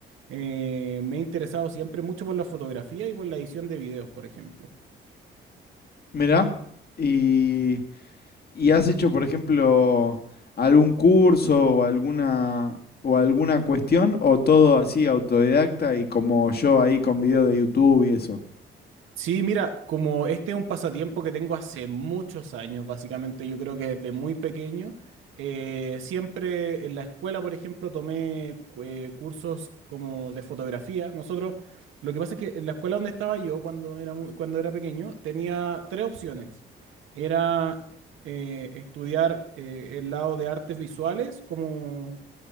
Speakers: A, on the right; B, on the left.
A: eh, me he interesado siempre mucho por la fotografía y por la edición de videos, por ejemplo.
B: Mirá. Y, y has hecho, por ejemplo, algún curso o alguna, o alguna cuestión o todo así autodidacta y como yo ahí con video de YouTube y eso.
A: Sí, mira, como este es un pasatiempo que tengo hace muchos años, básicamente, yo creo que desde muy pequeño, eh, siempre en la escuela, por ejemplo, tomé eh, cursos como de fotografía. Nosotros, lo que pasa es que en la escuela donde estaba yo cuando era, muy- cuando era pequeño, tenía tres opciones. Era eh, estudiar eh, el lado de artes visuales, como,